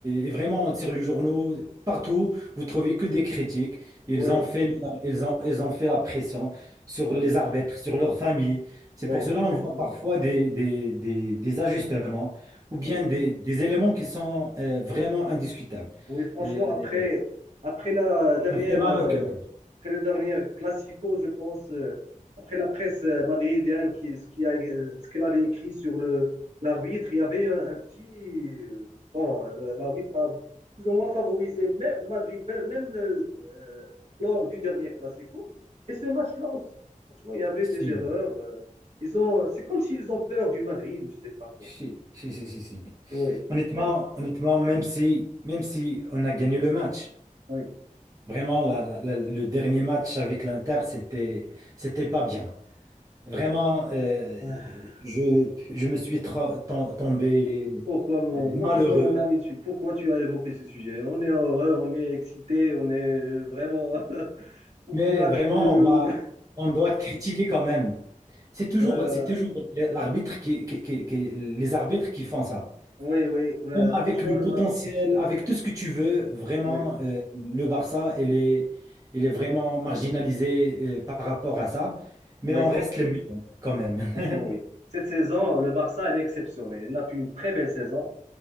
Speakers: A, on the right (about 25°); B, on the right (about 60°).
A: et Vraiment, on tire les journaux partout, vous trouvez que des critiques. Ils
B: oui,
A: ont fait, leur- ils ont, ils ont fait la pression sur
B: oui,
A: les arbitres, sur leurs familles. C'est
B: oui,
A: pour cela
B: effectivement,
A: on voit parfois des, des, des, des ajustements ou bien
B: oui.
A: des, des éléments qui sont euh, vraiment indiscutables.
B: Oui, franchement,
A: Et
B: après, après la dernière,
A: on fait mal
B: euh,
A: au cœur.
B: après le dernier Classico, je pense, euh, après la presse euh, madridienne, qui, ce qui a, euh, ce qu'elle avait écrit sur le, l'arbitre, il y avait un, un petit. euh, bon, euh, l'arbitre a plus ou moins favorisé même Madrid, même même le, euh, lors du dernier Classico. Et ce match-là aussi. Franchement, il y avait
A: Si,
B: des erreurs. euh, ils ont, c'est comme s'ils ont peur du Madrid ou je sais pas quoi.
A: si, si, si, si, si.
B: Oui,
A: Honnêtement,
B: oui,
A: honnêtement, même si, même si on a gagné le match,
B: oui.
A: vraiment, la- la- la- le dernier match avec l'Inter, c'était, c'était pas bien. Vraiment, euh,
B: Ah.
A: je, je me suis tra- tom- tombé
B: Pourquoi mon,
A: euh,
B: non,
A: malheureux.
B: pourquoi mon ami, tu, pourquoi tu as évoqué ce sujet? On est heureux, on est excité, on est euh, vraiment. <laughs> Pourquoi
A: Mais vraiment,
B: tu veux nous.
A: on va, on doit critiquer quand même. C'est toujours,
B: Euh,
A: c'est toujours l'arbitre qui, qui- qui- qui- les arbitres qui font ça.
B: oui, oui, euh,
A: Même
B: franchement,
A: avec le
B: le
A: potentiel,
B: match.
A: avec tout ce que tu veux, vraiment,
B: Oui,
A: euh, le Barça, il est, il est vraiment marginalisé, euh, par rapport à ça. Mais
B: oui,
A: on reste les meilleurs quand même.
B: franchement,
A: <laughs>
B: oui. Cette saison, le Barça, elle est exceptionnelle. Elle a fait une très belle saison.